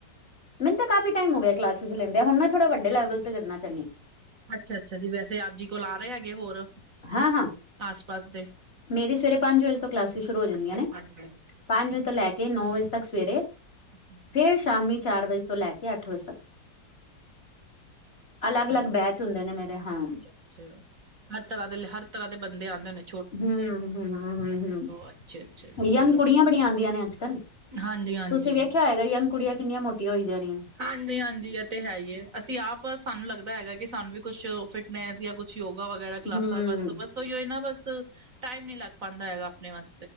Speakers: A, on the left; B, on the right.
A: ਮੈਨ ਤਾ ਕਾਫੀ ਟਾਈਮ ਹੋ ਗੇਆ ਕਲਾਸਿਸ ਲੈਂਦਆਂ, ਹੁਨ ਮੈਂ ਥੋੜਾ ਵੱਡੇ ਲੈਵਲ ਤੇ ਕਰਨਾ ਚ੍ਹਾਨੀ ਆਂ।
B: ਅੱਛਾ, ਅੱਛਾ ਜੀ, ਵੈਸੇ ਆਪ ਜੀ ਕੋਲ ਆ ਰਏ ਹੈਗੇ ਹੋਰ,
A: ਹਾਂ-ਹਾਂ
B: ਆਸ ਪਾਸ ਦੇ?
A: ਮੇਰੀ ਸਵੇਰੇ ਪਾੰਜ ਵਜੇ ਤੋ ਕਲਾਸਿਸ ਸ਼ੁਰੂ ਹੋ ਜਾਂਦੀਆਂ
B: ਅੱਛਾ
A: ਨੇ,
B: ਪੰਜ ਵਜੇ ਅੱਛਾ
A: ਪਾੰਜ ਵਜੇ ਤੋ ਲੈ ਕੇ ਏ ਨੌ ਵਜੇ ਤਕ ਸਵੇਰੇ,
B: ਅੱਛਾ
A: ਫੇਰ ਸ਼ਾਮੀ ਚਾਰ ਵਜੇ ਤੋ ਲੈ ਕੇ ਆੱਠ ਵਜੇ ਤਕ। ਅਲੱਗ,
B: ਬਹੁਤ
A: ਲੱਗ ਬੈਚ
B: ਵਧੀਆ।
A: ਹੁੰਦੇ ਨੇ ਮੇਰੇ, ਹਾਂ।
B: ਅੱਛਾ ਅੱਛਾ। ਹਰ ਤਰਾ ਦੇ, ਲ ਹਰ ਤਰਾ ਦੇ ਬੰਦੇ ਆਂਦੇ ਨੇ?
A: ਹੂੰ, ਹੂੰ, ਹੂੰ, ਹੂੰ
B: ਅੱਛਾ ਅੱਛਾ ਜੀ
A: ਯੰਗ
B: ਚਲੋ
A: ਕੁੜੀਆਂ
B: ਵਧੀਆ
A: ਬੜੀਆਂ ਆਂਦੀਆਂ ਨੇ ਅੱਜ-ਕੱਲ।
B: ਹਾਂਜੀ ਹਾਂਜੀ
A: ਤੂਸੀ ਵੇਖੇਆ ਹੋਏਗਾ ਯੰਗ ਕੁੜੀਆਂ ਕਿੰਨੀਆਂ ਮੋਟੀਆਂ ਹੋਈ ਜਾ ਰੀਆਂ ਅਨ?
B: ਹਾਂਜੀ, ਹਾਂਜੀ ਐ ਤੇ ਹੈ ਈ ਏ, ਅਸੀ ਆਪ ਸਾੰਨ ਲੱਗਦਾ ਹੈਗਾ ਕਿ ਸਾਨੂੰ ਵੀ ਕੁੱਛ ਫਿਟ ਮੈ ਜਾਂ ਕੁਛ ਯੋਗਾ ਵਗੈਰਾ
A: ਹੂੰ-ਹੂੰ
B: ਕਲਾਸਾਂ ਬਸ ਬਸ ਸੋ ਯੋ ਏ ਨ ਬਸ ਟਾਈਮ ਨੀ ਲੱਗ ਪਾਦਾ ਹੈਗਾ ਆਪਣੇ ਵਸ।